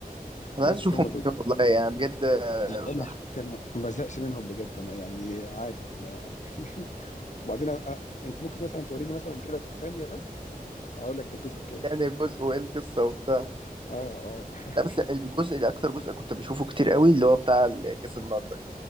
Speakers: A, on the right (about 30°); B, on the left (about 50°).
A: أنا
B: بس
A: عايز أشوفهم
B: هم دول
A: تاني والله يعني بجد آه،
B: بقول لك انا ما بزهقش منهم بجد انا يعني عادي انا <laughs> وبعدين أنا... أنا- انت ممكن مثلا توريني مثلا كده ثانيه بس اقول لك ده الجزء كام
A: يعني جزء وإيه القصة وبتاع
B: اه اه <laughs>
A: لا بس الجزء اللي أكتر جزء كنت بشوفه كتير قوي اللي هو بتاع ال- كاس النار ده